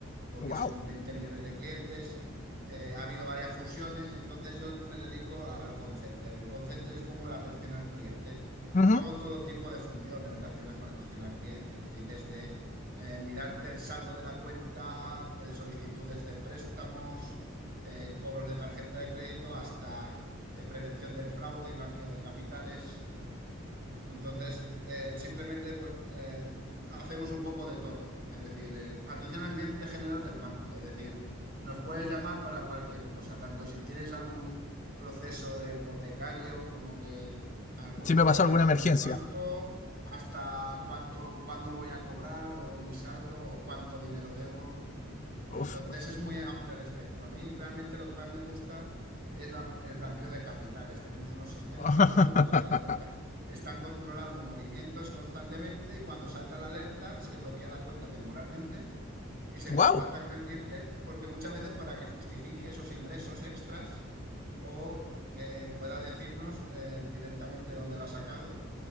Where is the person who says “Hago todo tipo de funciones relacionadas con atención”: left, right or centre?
Right